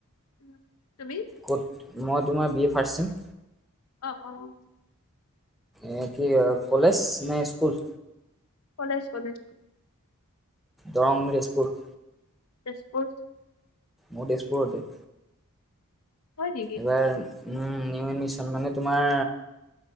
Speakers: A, on the left; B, in the centre.
A: উম, তুমি?
B: ক'ত? মই তোমাৰ বি এ ফাষ্টচেম।
A: অ', অ'।
B: এ কি আৰু কলেজ নে স্কুল?
A: কলেজ-কলেজ।
B: দৰং, তেজপুৰ?
A: তেজপুৰ।
B: মোৰ তেজপুৰতে।
A: হয় নেকি
B: এবাৰ নিউ এডমিচন মানে তোমাৰ